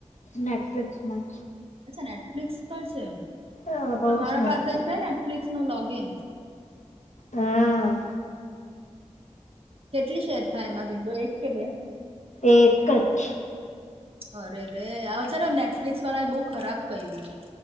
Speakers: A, on the left; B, on the right.
A: નેટફ્લિક્સમાં.
B: અચ્છા નેટફ્લિક્સ પર છે.
A: હા
B: તો
A: બહુ
B: મારા
A: સારી
B: પાસે છે નેટફ્લિકસ નું લોગ ઇન.
A: હા
B: કેટલી શેર થાય એમાં બિડો એક કે બે.
A: એક જ.
B: અરે રે આવ છે નેટફ્લિક્સ વાળા એ બહુ ખરાબ કર્યું છે.